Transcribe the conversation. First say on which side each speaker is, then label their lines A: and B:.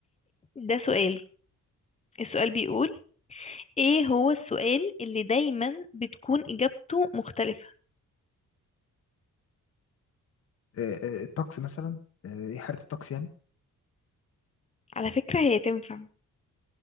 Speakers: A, on the left; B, on the left.
A: ده سؤال السؤال بيقول ايه هو السؤال اللي دايما بتكون إجابته مختلفة
B: آه آه الطقس مثلا آه ايه حالة الطقس يعني
A: على فكرة هي تنفع